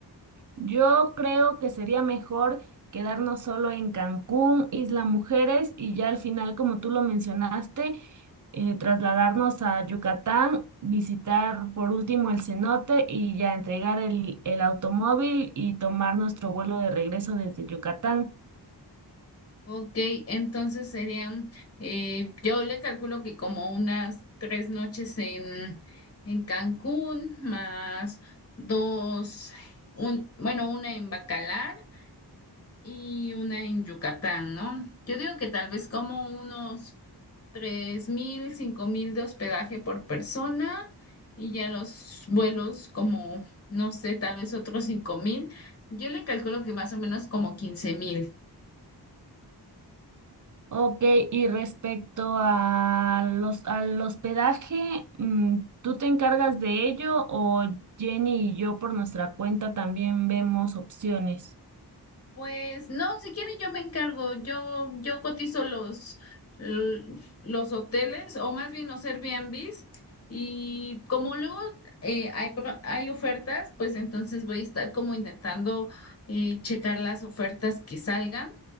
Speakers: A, on the right; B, on the left.
A: Yo creo que sería mejor quedarnos solo en Cancún, Isla Mujeres y ya al final, como tú lo mencionaste, eh, trasladarnos a Yucatán, visitar por último el cenote y ya entregar el, el automóvil y tomar nuestro vuelo de regreso desde Yucatán.
B: Ok, entonces serían, eh, yo le calculo que como unas tres noches en, en Cancún, más dos, un, bueno, una en Bacalar y una en Yucatán, ¿no? Yo digo que tal vez como unos tres mil, cinco mil de hospedaje por persona y ya los vuelos como, no sé, tal vez otros cinco mil. Yo le calculo que más o menos como quince mil.
A: Ok, y respecto a los, al hospedaje, mm, ¿tú te encargas de ello o Jenny y yo por nuestra cuenta también vemos opciones?
B: Pues no, si quieren yo me encargo, yo, yo cotizo los, l- los hoteles o más bien los Airbnbs y como luego eh, hay, pro- hay ofertas, pues entonces voy a estar como intentando eh, checar las ofertas que salgan